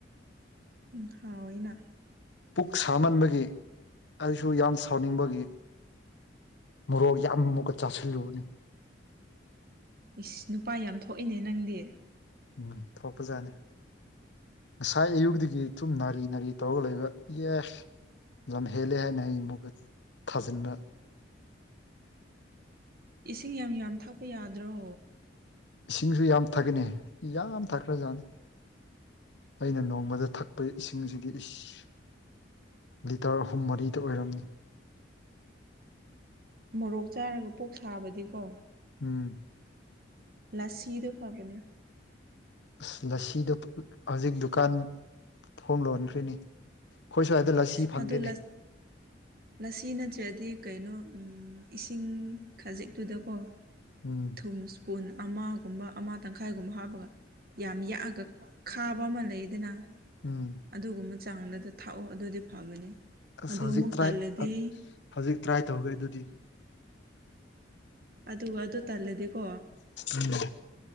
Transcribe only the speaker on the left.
ꯄꯨꯛ ꯁꯥꯃꯟꯕꯒꯤ ꯑꯩꯁꯨ ꯌꯥꯝ ꯁꯥꯎꯅꯤꯡꯕꯒꯤ ꯃꯣꯔꯣꯛ ꯌꯥꯝ ꯃꯨꯛꯀ ꯆꯥꯁꯤꯜꯂꯨꯕꯅꯦ
ꯎꯝ ꯊꯣꯛꯄꯖꯥꯟꯅꯦ ꯉꯁꯥꯏ ꯑꯌꯨꯛꯇꯒꯤ ꯊꯨꯝ ꯅꯥꯔꯤ-ꯅꯥꯔꯤ ꯇꯧꯔꯒ ꯂꯩꯕ ꯌꯦꯁ ꯂꯝ ꯍꯦꯜꯂꯦ ꯍꯥꯏꯅ ꯑꯩ ꯃꯨꯛꯀ ꯊꯥꯖꯤꯟꯕ
ꯏꯁꯤꯡꯁꯨ ꯌꯥꯝ ꯊꯛꯀꯅꯦ ꯌꯥꯝ ꯊꯛꯈ꯭ꯔꯖꯥꯟꯅꯦ ꯑꯩꯅ ꯅꯣꯡꯃꯗ ꯊꯛꯄ ꯏꯁꯤꯡꯖꯤꯗꯤ ꯏꯁ ꯂꯤꯇꯔ ꯑꯍꯨꯝ ꯃꯔꯤꯊ ꯑꯣꯏꯔꯝꯅꯤ
ꯎꯝ
ꯑꯁ ꯂꯁꯤꯗꯨ ꯍꯧꯖꯤꯛ ꯗꯨꯀꯥꯟ ꯊꯣꯡ ꯂꯣꯟꯈ꯭ꯔꯦꯅꯦ ꯈꯣꯏ ꯁ꯭ꯋꯥꯏꯗ ꯂꯁꯤ ꯐꯪꯗꯦꯅꯦ
ꯎꯝ
ꯎꯝ
ꯑꯁ
ꯍꯧꯖꯤꯛ
ꯇ꯭ꯔꯥꯏ
ꯍꯧꯖꯤꯛ ꯇ꯭ꯔꯥꯏ ꯇꯧꯒꯦ ꯑꯗꯨꯗꯤ
ꯎꯝ